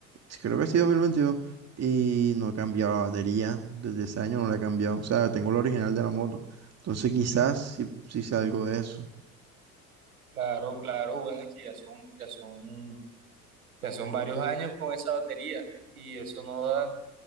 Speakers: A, on the right; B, on the right.
A: Sí, Creo que sí, dos mil veintidós Y no he cambiado la batería, desde ese año no la he cambiado. O sea, tengo la original de la moto. Entonces quizás
B: Mm,
A: sí, sí sea algo de eso.
B: Claro, claro, bueno, es que ya son, ya son, ya son varios años con esa batería y eso no da,